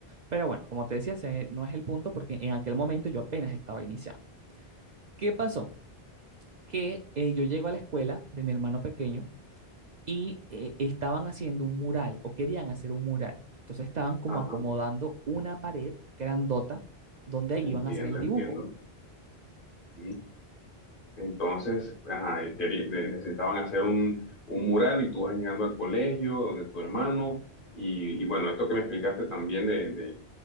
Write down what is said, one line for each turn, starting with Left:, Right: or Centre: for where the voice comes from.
Right: Pero bueno, como te decía, ese no es el punto porque en aquel momento yo apenas estaba iniciando. ¿Qué pasó? que eh, yo llego a la escuela de mi hermano pequeño y eh, estaban haciendo un mural o querían hacer un mural. Entonces estaban como
Left: Ajá,
Right: acomodando una pared grandota donde
Left: entiendo,
Right: iban a hacer el
Left: entiendo.
Right: dibujo.
Left: Mm. Entonces, ajá, y queri- de- necesitaban hacer un, un mural y tú vas llegando al colegio, donde tu hermano, y, y bueno, esto que me explicaste también de, de-